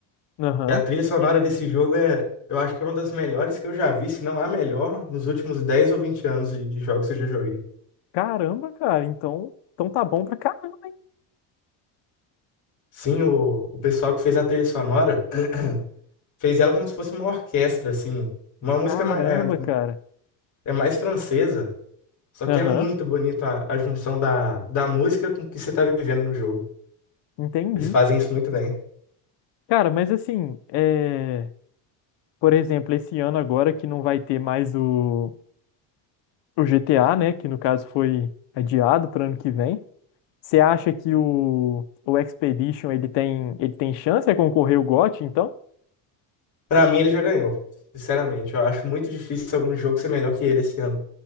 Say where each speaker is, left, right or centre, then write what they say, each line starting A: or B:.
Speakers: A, on the left; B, on the left.
A: Aham.
B: E a trilha sonora desse jogo é, eu acho que é uma das melhores que eu já vi, se não a melhor, nos últimos 10 ou 20 anos de, de jogos que eu já joguei.
A: Caramba, cara. Então, então tá bom pra caramba, hein?
B: Sim, o, o pessoal que fez a trilha sonora <clears throat> fez ela como se fosse uma orquestra, assim. Uma música
A: Caramba,
B: ma- é,
A: cara.
B: é mais francesa, só que
A: Aham.
B: é muito bonito a, a junção da, da música com o que você tá vivendo no jogo.
A: Entendi.
B: Eles fazem isso muito bem.
A: Cara, mas assim, é... por exemplo, esse ano agora que não vai ter mais o. o GTA, né, que no caso foi adiado para ano que vem. Você acha que o, o Expedition ele tem, ele tem chance de concorrer ao GOT, então?
B: Pra mim, ele já ganhou, sinceramente. Eu acho muito difícil algum jogo ser melhor que ele esse ano.